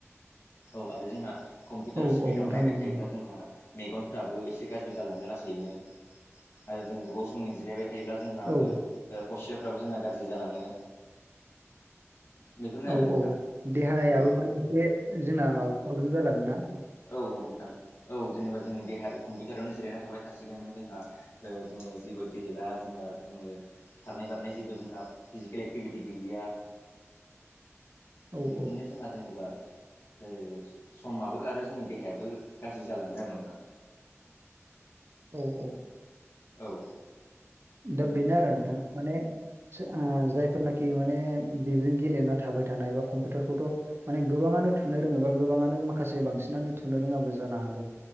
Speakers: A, on the left; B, on the right.
A: औव, आरो जोंहा कम्पिउटार
B: औ
A: इस्क्रिनाव
B: औ नोंथां
A: नायबाय
B: औ नंगौ
A: थायोब्ला जोंहा मेगनफोराबो एसे गाज्रि जालाङो लासैनो। आरो जों गोबाव समनि जिरायबाय थायोब्ला जों जोंहाबो,
B: औ
A: पसस्राबफोराबो जोंना गाज्रि जालाङो। बेफोरनो
B: औव,
A: आरो नोंथां
B: औव, देहायाबो
A: औ
B: माने एसे जोंना माबा प्रब्लेम जालांङोना?
A: औव, औव नोंथां। औव जेनेबा जोंङो देहााया कम्पिउटारावनो जिरायना थाबाय थासिगोन। जोंहा ओ जोंङो जेबो गेलेला, जेनेबा जोंङो खारनाय, बारनाय जेबो जोंहा फिजिकेल एक्टिभिटिस गैलिया
B: <inaudible> औ
A: बिदिनो
B: औ
A: जोंहा जेनेबा, ओ समाबो आरो जोंनि देहायाबो गाज्रि जालांङो आरो नोंथां।
B: औ, औ।
A: औ।
B: दा बेनो आरो नोंथां। माने ओ, जायफोरनाखि माने- बेजों गेलेना थाबाय थानाय एबा कम्पिउटारखौथ' माने गोबांङानो थुनो रोङो बा गोबांङानो माखासे बांसिनानो थुनो रोङाबो जानो हागौ।